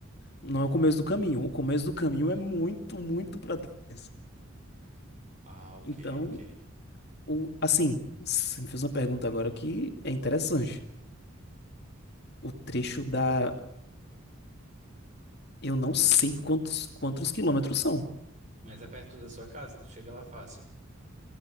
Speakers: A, on the left; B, on the right.
A: Não é o começo do caminho. O começo do caminho é muito, muito pra. trás.
B: Ah, ok,
A: Então,
B: ok.
A: o, assim, você me fez uma pergunta agora que é interessante. O trecho da. Eu não sei quantos, quantos quilômetros são.
B: Mas é perto da sua casa, tu chega lá fácil.